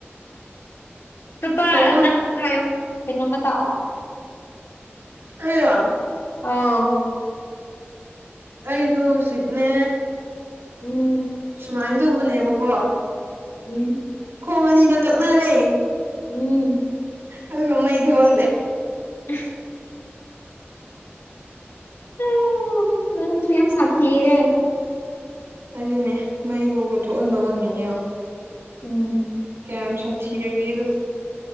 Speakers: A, on the left; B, on the right.
A: ꯇꯨꯄꯥ
B: ꯇꯧꯔꯣ
A: ꯅꯪ ꯅꯪ ꯍꯥꯏꯎꯣ ꯀꯩꯅꯣꯝꯃꯥ ꯇꯥꯛꯑꯣ
B: ꯑꯩꯔꯣ
A: ꯑꯧ
B: ꯑꯩꯗꯣ ꯍꯧꯖꯤꯛꯅꯦ
A: ꯎꯝ
B: ꯁꯨꯃꯥꯏꯅ ꯇꯧꯕꯅꯦꯕꯀꯣ
A: ꯎꯝ
B: ꯈꯣꯡ ꯑꯅꯤꯗꯣ ꯇꯛꯅꯔꯦ
A: ꯎꯝ
B: ꯑꯗꯨꯒ ꯃꯩ ꯊꯣꯛꯍꯜꯂꯦ
A: ꯎ ꯑꯣ ꯅꯪꯁꯨ ꯌꯥꯝ ꯁꯥꯊꯤꯌꯦ
B: ꯑꯗꯨꯅꯦ ꯃꯩ ꯕꯣꯛꯕ ꯊꯣꯛꯍꯟꯕ ꯉꯝꯃꯤꯅꯦ ꯎꯦꯡꯉꯣ
A: ꯎꯝ
B: ꯎꯥꯝ ꯁꯥꯊꯤꯔꯒꯦ ꯑꯗꯣ